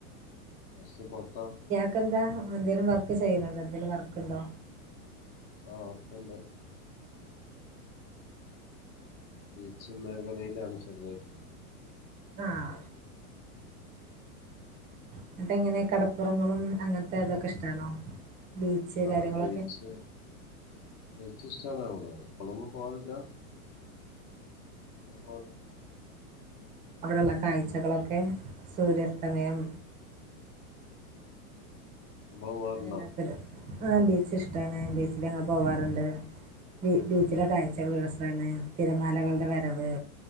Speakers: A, on the left (about 35°); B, on the right (about 20°).
A: ഹസ്സ് പൊറത്ത?
B: ഇങ്ങക്കെന്താ എന്തേലും വർക്ക് ചെയ്യിണ് ണ്ടോ? എന്തേലും വർക്കുണ്ടോ?
A: ആഹ് വർക്കുണ്ട് ടീംച്ചിംഗ് മേഖലയിലാണ് ചെറുതായിട്ട്
B: ആഹ് എന്നിട്ടെങ്ങനെ കടപ്പുറങ്ങളും അങ്ങനത്തെ ഇതൊക്കെ ഇഷ്ട്ടാണോ? ബീച്ച് കാര്യങ്ങളൊക്കെ?
A: ആഹ് ബീച്ച് ബീച്ച് ഇഷ്ട്ടാണ് അവിടെ എപ്പളൊന്നും പോവാറില്ല എന്നാ പോ
B: അവിടെയുള്ള കാഴ്ചകളൊക്കെ സൂര്യാസ്തമയം
A: ഓഹ് നമ്മള് പോവാറുണ്ടോ
B: അത് വല്ലാത്തൊരു ആഹ് ബീച്ച് ഇഷ്ട്ടാണ് ബീച്ചില് ഞ്ഞങ്ങള് പോവാറുണ്ട് ബീച്ചിലെ കാഴ്ചകൾ രസാണ് തിരമാലകളുടെ വരവ്